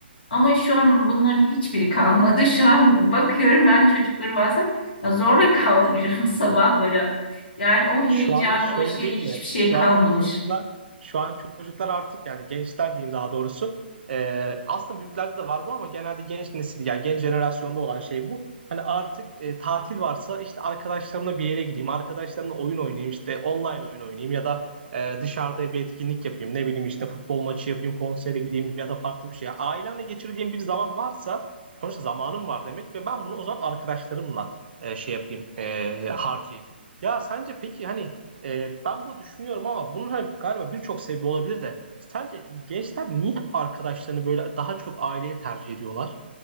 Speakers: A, on the left; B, on the right.
A: Ama şu an bunların hiçbiri kalmadı. <laughs> Şu an bakıyorum ben çocukları bazen zorla kaldırıyorum <laughs> sabahlara. Yani o heyecan,
B: Şu anda şöyle
A: o şey
B: değil
A: hiçbir
B: mi?
A: şey
B: Şu
A: kalmamış.
B: anda çocuklar, şu an çocuklar artık yani gençler diyeyim daha doğrusu. Ee, aslında büyüklerde de var bu ama genelde genç nesil yani genç jenerasyonda olan şey bu. Hani artık e, tatil varsa işte arkadaşlarımla bir yere gideyim, arkadaşlarımla oyun oynayayım işte online oyun oynayayım ya da e, dışarıda bir etkinlik yapayım. Ne bileyim işte futbol maçı yapayım, konsere gideyim ya da farklı bir şey. Yani ailemle geçireceğim bir zaman varsa sonuçta zamanım var demek ve ben bunu o zaman arkadaşlarımla e, şey yapayım, e, harcayayım. Ya sence peki hani e, ben bunu düşünüyorum ama bunun hani galiba birçok sebebi olabilir de sence gençler niye arkadaşlarını böyle daha çok aileye tercih ediyorlar?